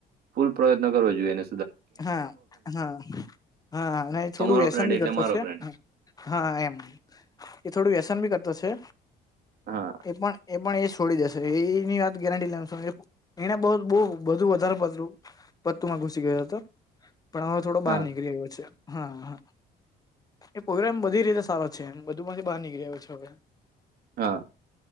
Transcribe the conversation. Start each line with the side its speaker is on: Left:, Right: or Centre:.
Right: ફૂલ પ્રયત્ન કરવો જોઈએને
Left: હા હા હા અને એ થોડું
Right: તમારો
Left: વ્યસનભી
Right: ફ્રેન્ડ એટલે
Left: કરતો
Right: મારો
Left: છે.
Right: ફ્રેન્ડ
Left: હા એમ, એ થોડું વ્યસન ભી કરતો છે.
Right: હા
Left: એ પણ, એ પણ એ છોડી દેશે, એની વાત ગેરંટી લ્યો છો, એ એને બ બહુ બધુ વધારે પતરું પતુંમાં ઘૂસ સી ગયો તો, પણ હવે થોડો બહાર
Right: હા
Left: નીકળી આવ્યો છે, હા હ એ પોયરા એમ બધી રીતે સારો છે, એમ બધુ માંથી બહાર નીકળ આવ્યો છે હવે.
Right: હા